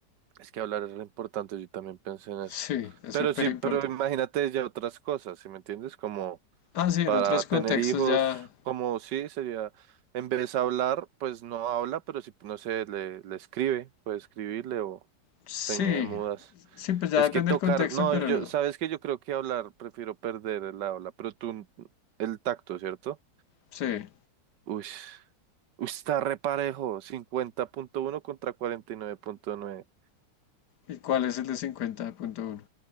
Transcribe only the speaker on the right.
Es que hablar es lo importante, yo también pensé en eso.
Pero
sí,
pero imagínate ya otras cosas, ¿sí me entiendes? Como
para
tener hijos,
como sí, sería, en vez de hablar, pues no habla, pero si, no sé, le, le escribe, puede escribirle o
señal de mudas.
Es
que tocar,
no,
yo,
sabes que yo creo que hablar, prefiero perder el habla, pero tú, el tacto, ¿cierto?
Uy, uy, está reparejo, cincuenta punto uno contra cuarenta y nueve punto nueve